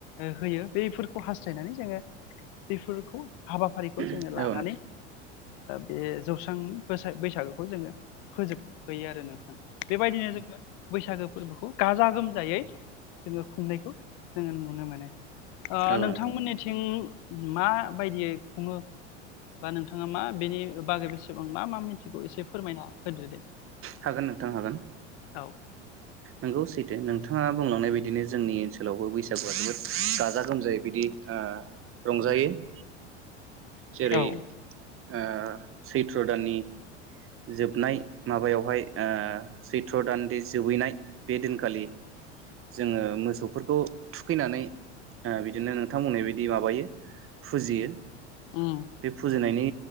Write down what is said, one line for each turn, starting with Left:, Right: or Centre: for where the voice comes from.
Left: होयो बफोरखौ खौ हास्थायनानै जोंङो बेफोरखौ हाबाफारिखौ जोंङो
Right: औ नोंथां औ नोंथां औ नोंथां औ
Left: लानानै
Right: नोंथां
Left: बे जौ बिथांनि बैसागोखौ जोंङो फोजोबहोयो आरो नोंथां बेबायदिनो जोंङो
Right: औ
Left: बैसागो फोरबोखौ गाजा गोमजायै जोंङो खुंनायखौ जोंङो नुनो मोनो।
Right: नोंथां
Left: ओ
Right: औ
Left: नोंथांमोननिथिं
Right: नोंथां
Left: म बायदियै खुङो बा नोंथाङा मा बेनि बागै बेसेबां मा मा मिथि खौ एसे फोरमायना होदो दे
Right: हागोन नोंथां हागोन
Left: औ
Right: नंगौ सैदो नोंथां नाङा बुंलांनाय बायदिनो जोंनि ओनसोलावबो बैसागुआ जोबोद गाजा गोमजायै ओ बिदि रंजायो र <inaudible> जेरै
Left: औ
Right: ओ सैथ्र दाननि जोबनाय माबायावहाय सैथ्र दानदि जोबहैनाय बे दिनखालि जोङो मोसौफोरखौ थुखैनानै ओ बिदिनो नोंथां बुंनाय बिदि माबायो फुजियो
Left: उम
Right: बे फुजिनायनि